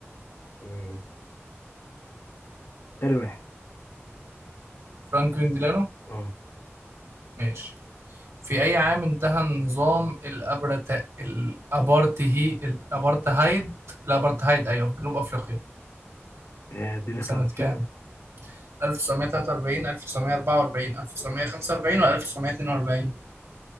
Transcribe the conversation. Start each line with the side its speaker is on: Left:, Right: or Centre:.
Left: مم. تاني واحد
Right: فرانكلين ديلانو
Left: اه
Right: ماشي في أي عام انتهى النظام الأبرت... الأبارتهي الأبارتهايد الأبارتهايد أيوه في جنوب أفريقيا
Left: آه، اديني اختيارات
Right: سنة
Left: كده
Right: كام؟ 1943 1944 1945 ولا 1942